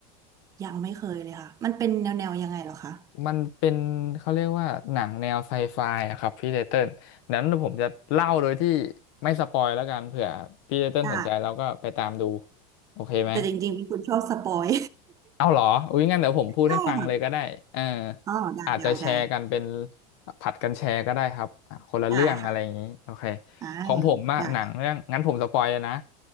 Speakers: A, on the right (about 20°); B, on the left (about 50°).
A: ยังไม่เคยเลยค่ะมันเป็นแนวแนวยังไงเหรอคะ
B: มันเป็นเขาเรียกว่าหนังแนวไซไฟอะครับพี่ไตเติ้ลนั้นผมจะเล่าโดยที่ไม่สปอยแล้วกันเผื่อพี่ไตเติ้ลสนใจแล้วก็ไปตามดู
A: ได้
B: โอเคไหม
A: แต่จริงๆเป็นคนชอบสปอย
B: เอาเหรออุ้ยงั้นเดี๋ยวผมพูดให้ฟังเลยก็ได้เออ
A: <laughs> ใช่ค่ะอ๋อได้ได้ได้
B: อาจจะแชร์กันเป็นผัดกันแชร์ก็ได้ครับอ่ะคนละเรื่องอะไรอย่างนี้โอเค
A: ได้ค่ะอ่า
B: ของผมอะหนังเรื่องงั้นผมสปอยเลยนะ
A: ได้ค่ะ